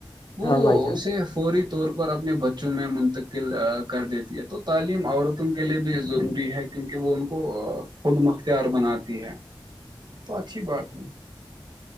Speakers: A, on the right; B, on the left.
A: وہ
B: ہاں بھائی جان
A: اسے فوری طور پر اپنے بچوں میں منتقل کر دیتی ہے تو تعلیم عورتوں کے لیے بھی ضروری ہے کہ کیونکہ وہ ان کو خود مختار بناتی ہے تو اچھی بات ہے